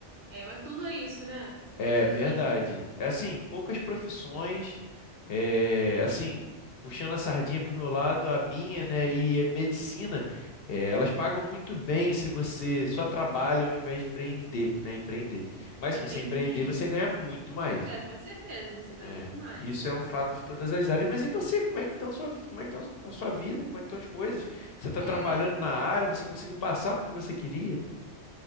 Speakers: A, on the right; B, on the left.
A: é, mas tudo é isso, né? Hoje
B: É
A: em
B: verdade.
A: dia,
B: É Assim, poucas profissões, é, assim, puxando a sardinha para o meu lado, a minha, né, e a medicina, é, elas pagam muito bem se você só trabalha ao invés de empreender, né, empreender. Mas
A: entendi.
B: se você empreender, você ganha muito mais.
A: É, com certeza, você ganha
B: É,
A: muito mais.
B: isso é um fato de todas as áreas. Mas e você, como é que estão sua, vida? como é que estão a sua vida? Como é que estão as coisas? Você está
A: É,
B: trabalhando na área, você conseguiu passar porque você queria?